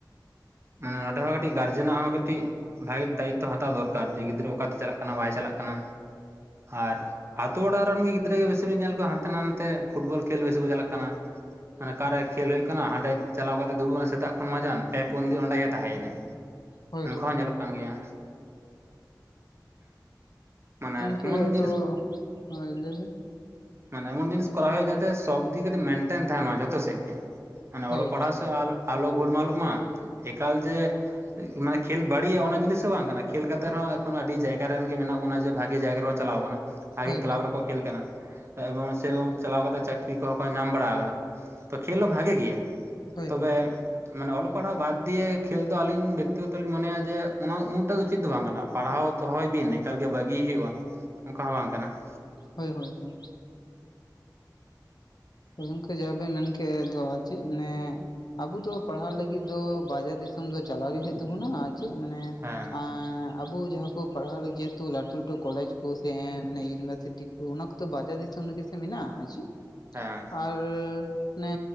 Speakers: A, on the right; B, on the left.
A: ᱢᱟᱱᱮ ᱱᱚᱸᱰᱮ ᱦᱚᱸ ᱠᱟᱹᱴᱤᱡ ᱜᱟᱨᱡᱮᱱᱟᱜ ᱦᱚᱸ ᱠᱟᱹᱴᱤᱡ ᱵᱷᱟᱜᱤ ᱫᱟᱭᱤᱛᱛᱚ ᱦᱟᱛᱟᱣ ᱫᱚᱨᱠᱟᱨ ᱡᱮ ᱜᱤᱫᱽᱨᱟᱹ ᱚᱠᱟᱛᱮ ᱪᱟᱞᱟᱜ ᱠᱟᱱᱟ ᱵᱟᱭ ᱪᱟᱞᱟᱜ ᱠᱟᱱᱟ ᱟᱨ ᱟᱛᱳ ᱚᱲᱟᱜ ᱨᱮᱱ ᱜᱮ ᱜᱤᱫᱽᱨᱟᱹ ᱜᱮ ᱵᱮᱥᱤ ᱵᱤᱱ ᱧᱮᱞ ᱠᱚᱣᱟ ᱦᱟᱱᱛᱮ ᱱᱟᱛᱮ ᱯᱷᱩᱴᱵᱚᱞ ᱠᱷᱮᱞ ᱵᱮᱥᱤ ᱠᱚ ᱪᱟᱞᱟᱜ ᱠᱟᱱᱟ ᱾ ᱟᱱᱮ ᱚᱠᱟ ᱠᱷᱮᱞ ᱦᱩᱭᱩᱜ ᱠᱟᱱᱟ ᱦᱟᱸᱰᱮ ᱪᱟᱞᱟᱣ ᱠᱟᱛᱮ ᱫᱩᱲᱩᱵ ᱟᱠᱟᱱᱟ ᱥᱮᱛᱟᱜ ᱠᱷᱚᱱ ᱢᱟᱡᱟᱱ ᱯᱮ ᱦᱚᱯᱚᱱᱫᱤ ᱚᱸᱰᱮ ᱜᱮ ᱛᱟᱦᱮᱸᱭᱮᱱᱟᱭ
B: ᱦᱳᱭ
A: ᱚᱱᱠᱟ
B: ᱦᱳᱭ
A: ᱦᱚᱸ ᱧᱮᱞᱚᱜ ᱠᱟᱱᱟ ᱾ ᱠᱟᱱ ᱜᱮᱭᱟ ᱢᱟᱱᱮ
B: ᱜᱚᱝᱠᱮ
A: ᱮᱢᱚᱱ
B: ᱟᱫᱚ
A: ᱡᱤᱱᱤᱥ
B: ᱢᱟ ᱞᱟᱹᱭᱵᱤᱱ
A: ᱢᱟᱱᱮ ᱮᱢᱚᱱ ᱡᱤᱱᱤᱥ ᱠᱚᱨᱟᱣ ᱦᱩᱭᱩᱜᱼᱟ ᱡᱟᱛᱮ ᱥᱚᱵᱫᱤᱠᱮᱛᱮ ᱢᱮᱱᱴᱮᱱ ᱛᱟᱦᱮᱱᱟ ᱡᱷᱚᱛᱚ ᱥᱮᱫ ᱜᱮ ᱢᱟᱱᱮ
B: ᱦᱳᱭ
A: ᱚᱞᱚᱜ
B: ᱦᱳᱭ
A: ᱯᱟᱲᱦᱟᱣ ᱥᱮᱫ ᱟᱞᱚ ᱜᱳᱞᱢᱟᱞᱚᱜ ᱢᱟ ᱮᱠᱟᱞ ᱡᱮ ᱚᱱᱟ ᱠᱷᱮᱞ ᱵᱟᱹᱲᱤᱡᱼᱟ ᱚᱱᱟ ᱡᱤᱱᱤᱥ ᱵᱟᱝ ᱠᱟᱱᱟ ᱠᱷᱮᱞ ᱠᱟᱛᱮᱜᱦᱚᱸ ᱮᱠᱷᱚᱱ ᱟᱹᱰᱤ ᱡᱟᱭᱜᱟ ᱨᱮᱱ ᱜᱮ ᱢᱮᱱᱟᱜ ᱵᱚᱱᱟ ᱡᱮ ᱵᱷᱟᱜᱤ ᱡᱟᱭᱜᱟ ᱨᱮ ᱪᱟᱞᱟᱣ ᱟᱠᱟᱱᱟ, ᱵᱷᱟᱜᱮ
B: ᱦᱳᱭ
A: ᱠᱞᱟᱵᱽ
B: ᱦᱳᱭ
A: ᱨᱮ ᱠᱚ ᱠᱷᱮᱞ ᱠᱟᱱᱟ ᱮᱵᱚᱝ ᱥᱮᱨᱚᱠᱚᱢ ᱪᱟᱞᱟᱣ ᱠᱟᱛᱮ ᱪᱟᱹᱠᱨᱤ ᱠᱚᱦᱚᱸ ᱠᱚ ᱧᱟᱢ ᱵᱟᱲᱟ ᱟᱠᱟᱫᱟ ᱾ ᱛᱚ ᱠᱷᱮᱞ ᱦᱚᱸ ᱵᱷᱟᱜᱮ ᱜᱮᱭᱟ ᱾
B: ᱦᱳᱭ
A: ᱛᱚᱵᱮ
B: ᱦᱳᱭ ᱦᱳᱭ
A: ᱢᱟᱱᱮ ᱚᱞᱚᱜ ᱯᱟᱲᱦᱟᱜ ᱵᱟᱫᱽ ᱫᱤᱭᱮ ᱠᱷᱮᱞ ᱫᱚ ᱟᱹᱞᱤᱧ ᱵᱮᱠᱛᱤᱜᱚᱛᱚ ᱞᱤᱧ ᱢᱚᱱᱮᱭᱟ ᱡᱮ ᱚᱱᱟ ᱩᱱᱟᱹᱜᱴᱟᱜ ᱫᱚ ᱩᱪᱤᱛ ᱫᱚ ᱵᱟᱝ ᱠᱟᱱᱟ ᱯᱟᱲᱦᱟᱣ ᱫᱚᱦᱚᱭ ᱵᱤᱱ ᱮᱠᱟᱞ ᱜᱮ ᱵᱷᱟᱹᱜᱤ ᱦᱩᱭᱩᱜᱼᱟ ᱾ ᱚᱱᱠᱟ ᱦᱚᱸ ᱵᱟᱝ ᱠᱟᱱᱟ ᱾
B: ᱦᱳᱭ ᱦᱳᱭ ᱦᱳᱭ᱾ ᱜᱚᱝᱠᱮ ᱡᱟᱦᱟᱸ ᱵᱤᱱ ᱢᱮᱱᱠᱮᱜ ᱫᱚ ᱪᱮᱫ ᱢᱟᱱᱮ ᱟᱵᱩ ᱫᱚ ᱯᱟᱲᱦᱟᱣ ᱞᱟᱹᱜᱤᱫ ᱫᱚ ᱵᱟᱡᱟᱨ ᱫᱤᱥᱚᱢ ᱫᱚ ᱪᱟᱞᱟᱣ ᱜᱮ ᱦᱩᱭᱩᱜ ᱛᱟᱵᱩᱱᱟ ᱟᱨ ᱪᱮᱫ ᱢᱟᱱᱮ
A: ᱦᱮᱸ
B: ᱟᱨ ᱟᱵᱚ ᱡᱟᱦᱟᱸ ᱠᱚ ᱯᱟᱲᱦᱟᱣ ᱞᱟᱹᱜᱤᱫ ᱡᱮᱦᱮᱛᱩ ᱞᱟᱴᱩ ᱞᱟᱴᱩ ᱠᱚᱞᱮᱡᱽ ᱠᱚ ᱥᱮ ᱤᱭᱩᱱᱤᱵᱷᱟᱨᱥᱤᱴᱤ ᱠᱚ ᱚᱱᱟ ᱠᱚᱫᱚ ᱵᱟᱡᱟᱨ ᱫᱤᱥᱚᱢ ᱨᱮᱜᱮ ᱥᱮ ᱢᱮᱱᱟᱜᱼᱟ ᱟᱨ ᱪᱮᱫ?
A: ᱦᱮᱸ
B: ᱟᱨ ᱢᱮ